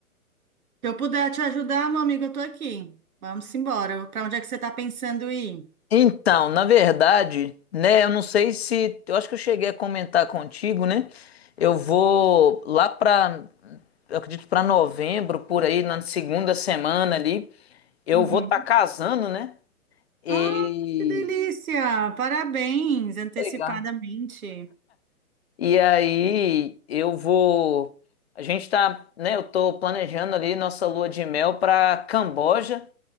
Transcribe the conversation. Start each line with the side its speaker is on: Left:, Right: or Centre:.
Right: Se eu puder te ajudar, meu amigo, eu tô aqui. Vamos embora. Para onde é que você tá pensando ir?
Left: Então, na verdade, né, eu não sei se, eu acho que eu cheguei a comentar contigo, né? Eu vou lá pra, eu acredito pra novembro, por aí, na segunda semana ali, eu
Right: Uhum.
Left: vou estar casando, né? E
Right: Ah, que delícia! Parabéns, antecipadamente.
Left: Legal. E aí eu vou, a gente tá, né, eu tô planejando ali nossa lua de mel pra Camboja.